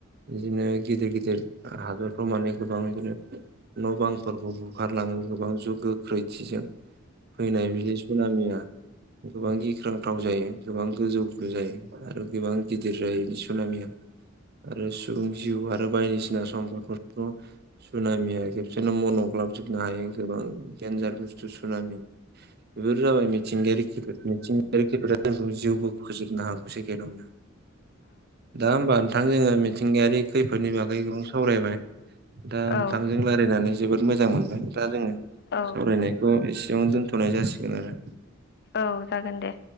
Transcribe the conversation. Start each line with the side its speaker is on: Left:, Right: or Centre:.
Right: बिदिनो गिदिर गिदिर हादरफ्राव माने गोबां बिदिनो न' बांफोरखौ बुखारलाङो। गोबां ज गोख्रैथिजों फैनाय बिदि सुनामिया। गोबां गिख्रांथाव जायो गोबां गोजौबो जायो आरो गोबां गिदिर जायो बि सुनामिया आरो सुबुं जिउ आरो बायदिसिना सम्पद फोरखौ सुनामिया खेबसेनो मन' ग्लाबजोबनो हायो गोबां देनजार बुस्थु सुनामि बेफोर जाबाय मिथिंगायारि खैफोद मिथिंगायारि खैफोदआ जोंखौ जिउबो फोजोबनो हागौ सेकेनावनो दा होमबा नोंथां जोङो मिथिंगायारि खैफोदनि बागै गोबां सावरायबाय दा
Left: औ
Right: नोंथांजों रायलायनानै जोबोद मोजां मोनबाय दा जोङो
Left: औ
Right: सावरायनाय
Left: औ
Right: खौ एसेआवनो दोन्थ'नाय जासिगोन आरो
Left: औ जागोन दे